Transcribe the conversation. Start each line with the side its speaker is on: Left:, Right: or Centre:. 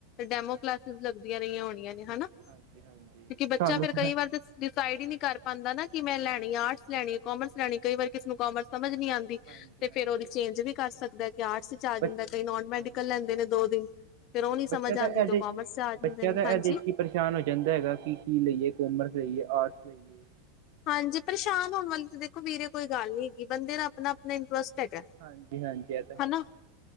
Left: ਡੈਮੋ ਕਲਾਸਿਸ ਲੱਗਦੀਆਂ ਰਹੀਆਂ ਹੋਣੀਆਂ ਨੇ ਹੈਨਾ
Right: ਹਾਂਜੀ- ਹਾਂਜੀ
Left: ਕਿਉਂਕਿ
Right: ਤੇ
Left: ਬੱਚਾ
Right: ਸਾਨੂੰ
Left: ਫੇਿਰ ਕਈ
Right: ਹਾਂ
Left: ਵਾਰ ਤੇ ਡਿਸਾਈਡ ਹੀ ਨਹੀਂ ਕਰ ਪਾਉਂਦਾ ਨਾ ਕਿ ਮੈਂ ਲੈਣੀ ਆਰਟਸ ਲੈਣੀ, ਕਾਮਰਸ ਲੈਣੀ ਕਈ ਵਾਰ ਕਿਸੇ ਨੂੰ ਕਾਮਰਸ ਸਮਝ ਨੀ ਆਉਂਦੀ
Right: ਹਾਂਜੀ
Left: ਤੇ
Right: ਹਾਂਜੀ
Left: ਫੇਰ ਉਹਦੀ ਚੇਂਜ ਵੀ ਕਰ ਸਕਦਾ ਕਿ ਆਰਟਸ ਚ ਆ ਜਾਂਦਾ
Right: ਬ
Left: ਕਈ ਨੋਨ ਮੈਡੀਕਲ
Right: ਹਾਂਜੀ
Left: ਲੈਂਦੇ ਨੇ ਦੋ ਦਿਨ ਫੇਿਰ ਉਹ ਨੀ ਸਮਝ
Right: ਬੱਚਾ ਤਾਂ
Left: ਆਉਂਦੀ
Right: ਇਹਦੇ
Left: ਤ ਕਾਮਰਸ ਚ ਆ ਜਾਂਦੇ
Right: ਬੱਚਾ
Left: ਨੇ
Right: ਤਾਂ ਇਹਦੇ
Left: ਹਾਂਜੀ
Right: ਚ ਹੀ ਪਰੇਸ਼ਾਨ ਹੋ ਜਾਂਦਾ ਹੈਗਾ ਕਿ ਕੀ ਲਈਏ ਕੋਮਰਸ ਲਈਏ ਆਰਟਸ ਲਈਏ-
Left: ਹਾਂਜੀ ਪਰੇਸ਼ਾਨ ਹੋਣ ਵਾਲੀ ਤੇ ਦੇਖੋ ਵੀਰੇ ਕੋਈ ਗੱਲ ਨੀ ਹੈਗੀ ਬੰਦੇ ਦਾ ਆਪਣਾ ਆਪਣਾ ਇੰਟਰਸਟ ਹੈਗਾ
Right: ਹਾਂਜੀ -ਹਾਂਜੀ ਤਾਂ ਹੈਗਾ
Left: ਹਨਾ?